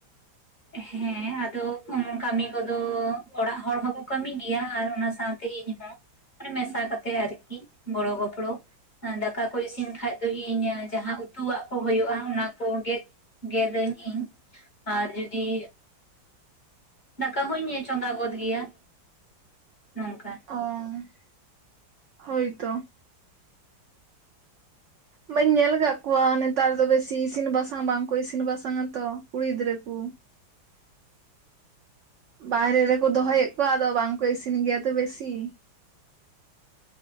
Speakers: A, on the left; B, on the right.
A: ᱦᱮᱸ ᱟᱫᱚ ᱠᱟᱹᱢᱤ ᱠᱚ ᱫᱚ ᱚᱲᱟᱜ ᱦᱚᱲ ᱦᱚᱠᱚ ᱠᱟᱹᱢᱤ ᱜᱮᱭᱟ ᱟᱨ ᱚᱱᱟ ᱥᱟᱶ ᱛᱮ ᱤᱧ ᱦᱚᱸ ᱾ ᱢᱟᱱᱮ ᱢᱮᱥᱟ ᱠᱟᱛᱮᱜ ᱟᱨᱠᱤ ᱜᱚᱲᱚ ᱜᱚᱯᱲᱚ ᱾ ᱫᱟᱠᱟ ᱠᱚ ᱤᱥᱤᱱ ᱠᱷᱟᱡ ᱫᱚ ᱤᱧ ᱡᱟᱦᱟᱸ ᱩᱛᱩᱣᱟᱜ ᱠᱚ ᱦᱳᱳᱜᱼᱟ ᱚᱱᱟ ᱠᱚ ᱜᱮᱫ ᱜᱮᱫᱟᱹᱧ ᱤᱧ ᱾ ᱟᱨ ᱡᱩᱫᱤ ᱫᱟᱠᱟ ᱦᱚᱧ ᱪᱚᱸᱫᱟ ᱜᱚᱫ ᱜᱮᱭᱟ <unintelligible> ᱱᱚᱝᱠᱟ ᱾
B: ᱚ <inaudible> ᱦᱳᱭ ᱛᱚ ᱾
A: <inaudible>
B: ᱵᱟᱹᱧ ᱧᱮᱞ ᱟᱠᱟᱫ ᱠᱚᱣᱟ ᱱᱮᱛᱟᱨ ᱫᱚ ᱵᱮᱥᱤ ᱤᱥᱤᱱ ᱵᱟᱥᱟᱝ ᱵᱟᱝ ᱠᱚ ᱤᱥᱤᱱ ᱵᱟᱥᱟᱝᱟ ᱛᱚ ᱠᱩᱲᱤ ᱜᱤᱫᱽᱨᱟᱹ ᱠᱚ ᱾ ᱵᱟᱦᱨᱮ ᱨᱮᱠᱚ ᱫᱚᱦᱚᱭᱮᱫ ᱠᱚᱣᱟ ᱟᱫᱚ ᱵᱟᱝ ᱠᱚ ᱤᱥᱤᱱ ᱜᱮᱭᱟ ᱛᱚ ᱵᱮᱥᱤ ᱾